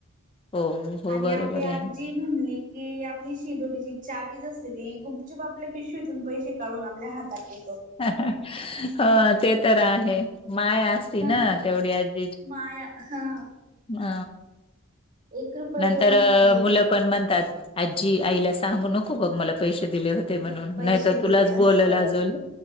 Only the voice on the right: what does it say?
आणि
आपली आजी
म्हणली की आपली शिदोरीची चावीच असते ती गुपचुप आपल्या पिशवीतून पैसे काढून आपल्या हातात दे
हा
माया हा.
एक रुपये
दोन
रुपये
नाही
पैसे
दिले
असं